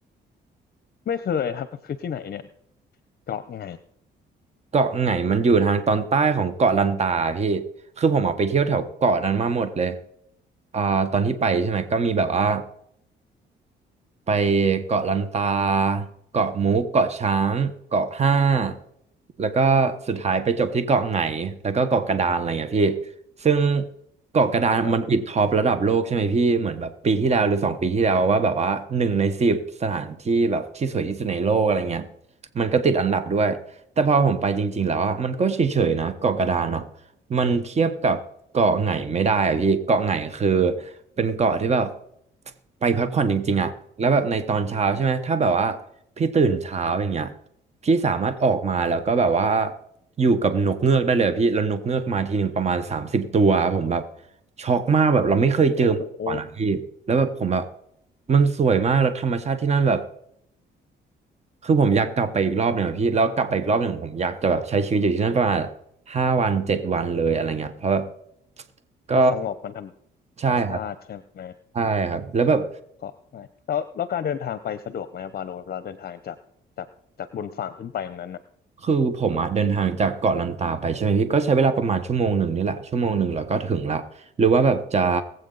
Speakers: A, on the left; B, on the right.
A: ไม่เคยครับมันคือที่ไหนเนี่ยเกาะไง
B: เกาะไหงมันอยู่ทางตอนใต้ของเกาะลันตาพี่คือผมออกไปเที่ยวแถวเกาะนั้นมาหมดเลยอ่าตอนที่ไปใช่ไหมก็มีแบบว่า ไปเกาะลันตาเกาะมุกเกาะช้างเกาะห้าแล้วก็สุดท้ายไปจบที่เกาะไหงแล้วก็เกาะกระดานอะไรอย่างเงี้ยพี่ซึ่งเกาะกระดานมันติดท็อประดับโลกใช่ไหมพี่เหมือนแบบปีที่แล้วหรือสองปีที่แล้วว่าแบบว่าหนึ่งในสิบสถานที่แบบที่สวยที่สุดในโลกอะไรเงี้ย
A: ครับ
B: มันก็ติดอันดับด้วยแต่พอผมไปจริงๆแล้วอะมันก็เฉยๆนะเกาะกระดานอ่ะมันเทียบกับเกาะไหนไม่ได้อะพี่เกาะไหนคือ เป็นเกาะที่แบบ <tsk> ไปพักผ่อนจริงๆอะแล้วแบบในตอนเช้าใช่ไหมถ้าแบบว่าพี่ตื่นเช้าอย่างเงี้ยพี่สามารถออกมาแล้วก็แบบว่าอยู่กับนกเงือกได้เลยอะพี่แล้วนกเงือกมาทีหนึ่งประมาณสามสิบตัวผมแบบช็อกมากแบบเราไม่เคยเจอมาก่อนอะพี่แล้วแบบผมแบบ
A: โอ้โห
B: มันสวยมากแล้วธรรมชาติที่นั่นแบบ คือผมอยากกลับไปอีกรอบหนึ่งอะพี่แล้วกลับไปอีกรอบหนึ่งผมอยากจะแบบใช้ชีวิตอยู่ที่นั่นประมาณห้าวันเจ็ดวันเลยอะไรเงี้ยเพราะแบบก็
A: มันสงบมันธร
B: ใช่ครับ
A: รมชาติใช่ไหม
B: ใช่ครับแล้วแบบ
A: เกาะไงแล้วแล้วการเดินทางไปสะดวกไหมบาโลเราเดินทางจากจากจากบนฝั่งขึ้นไปตรงนั้นอ่ะ
B: คือผมอะเดินทางจากเกาะลันตาไปใช่ไหมพี่ก็ใช้เวลาประมาณชั่วโมงหนึ่งนี่แหละชั่วโมงหนึ่งเราก็ถึงละหรือว่าแบบจะ